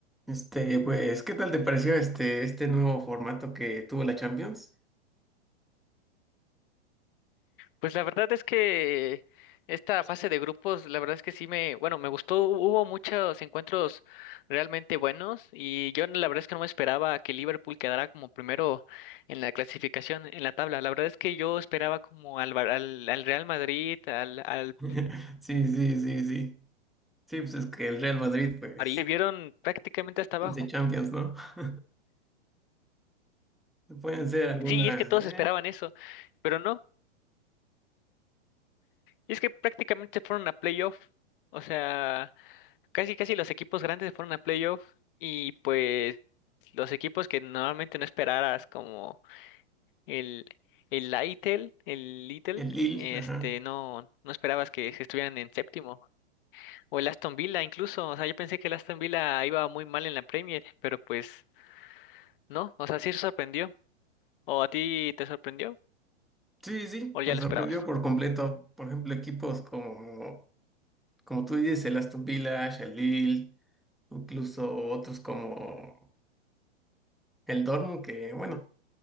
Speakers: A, in the centre; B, on the left (about 50°).
A: Este, pues, ¿qué tal te pareció este, este nuevo formato que tuvo la Champions?
B: Pues la verdad es que esta fase de grupos, la verdad es que sí me, bueno, me gustó, hubo muchos encuentros realmente buenos y yo la verdad es que no me esperaba que Liverpool quedara como primero en la clasificación, en la tabla. La verdad es que yo esperaba como al, Bar- al, al Real Madrid, al, al
A: <laughs> Sí, sí, sí, sí. Sí, pues es que el Real Madrid, pues,
B: París, me vieron prácticamente hasta abajo.
A: quince Champions, ¿no? <laughs> Pueden ser algunas,
B: Sí, y es que todos
A: eh,
B: esperaban eso, pero no, y es que prácticamente fueron a playoff, o sea... casi casi los equipos grandes se fueron a playoff y pues los equipos que normalmente no esperaras como el el Lytle, el Little,
A: el Lille,
B: este
A: ajá.
B: no no esperabas que que estuvieran en séptimo o el Aston Villa incluso, o sea, yo pensé que el Aston Villa iba muy mal en la Premier, pero pues no, o sea, sí se sorprendió. ¿O a ti te sorprendió
A: Sí, sí,
B: o ya
A: me
B: lo
A: sorprendió
B: esperabas?
A: por completo. Por ejemplo, equipos como, como tú dices, el Aston Villa, el Lille, incluso otros como el Dortmund, que bueno,